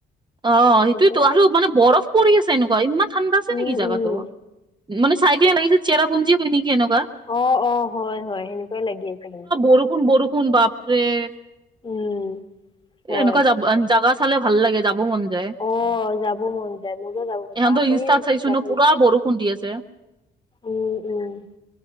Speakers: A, on the right; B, on the left.
A: অহ <inaudible> সেইটোৱেতো
B: কিন্তু
A: আৰু মানে বৰফ পৰি আছে এনেকুৱা ইমান <inaudible> ঠাণ্ডা আছে
B: উম
A: নেকি জেগাটো?
B: উম
A: মানে চাই কেনে লাগিছে এইটো চেৰাপুঞ্জি হয় নেকি এনেকুৱা? <inaudible>
B: অঁ-অঁ! হয়-হয়। সেনেকুৱাই লাগি আছে কিন্তু। <inaudible>
A: বৰষুণ-বৰষুণ বাপৰে <unintelligible>
B: উম হয়
A: এনেকুৱা যাবা জাগা চালে ভাল লাগে যাব মন যায়। <inaudible>
B: অঁ! যাব মন যায় মোৰো যাব মন
A: এহঁতৰ
B: যায় আপুনি
A: ইনষ্টাত চাইছো
B: যাব
A: ন পুৰা
B: <inaudible>
A: বৰষুণ দি আছে
B: উম-উম। <unintelligible>